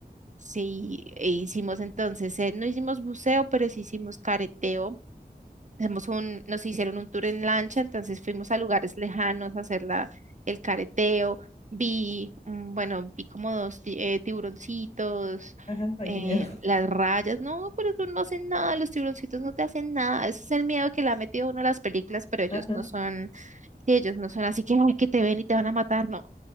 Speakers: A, on the right; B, on the left.
A: Sí, e hicimos entonces, eh, no hicimos buceo, pero sí hicimos careteo hacemos un, nos hicieron un tour en lancha, entonces fuimos a lugares lejanos a hacer la, el careteo. Vi, mm, bueno, vi como dos ti- eh, tiburoncitos,
B: Ajá, ay,
A: eh,
B: qué miedo.
A: las rayas. No, pero eso no hacen nada, los tiburoncitos no te hacen nada. Ese es el miedo que le ha metido uno a las películas, pero ellos
B: Ajá,
A: no son, sí, ellos no son así que, "Ay, que te ven y te van a matar. No,